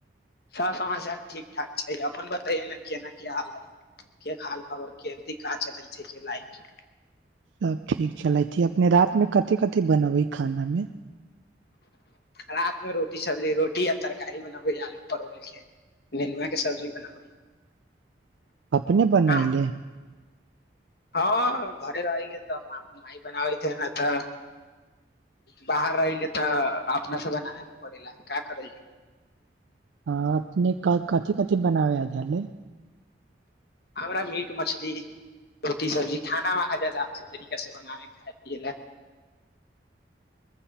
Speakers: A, on the left; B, on the right.
A: सब समाचार ठीक ठाक छै अपन बतैय ने केना क हाल है के हाल खबर केहनती काज चलै छै के लाइफ
B: सभ ठीक छलै कि अपने रातिमे कथि कथि बनबै खानामे
A: रातमे रोटी सब्जी रोटी आ तरकारी बनबै आलू परोर के नेनुआँ के सब्जी बनबै
B: अपने बनइले
A: अहाँ हँ घरे रहले तऽ मााय बनाबैे न तऽ बाहर रहले तऽ अपनासँ बनाबेके पड़े ला का करल जा
B: हाँ अपने कथि कथि बनाबै झले
A: हमरा मीट मछली रोटी सब्जी खानामे आ जादा अच्छा तरीकासँ बनाबै खााय पियै लए